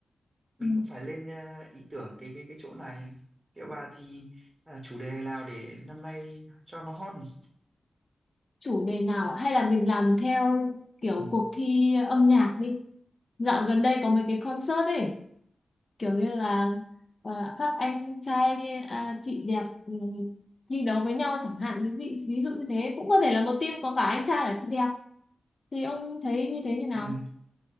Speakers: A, on the right; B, on the left.
A: mình
B: ừ.
A: cũng phải lên ờ, ý tưởng cái cái cái chỗ này cái bà thì ờ, chủ đề nào để năm nay cho nó hot nhỉ?
B: chủ đề nào ạ? hay là mình làm theo kiểu
A: ừ.
B: cuộc thi âm nhạc đi dạo gần đây có mấy cái concert ấy kiểu như là ờ, các anh trai đi- à, chị đẹp ừ, thi đấu với nhau chẳng hạn ví, ví, ví dụ như thế cũng có thể là một team có cả anh trai cả chị đẹp thì ông thấy như thế như nào
A: Ừ.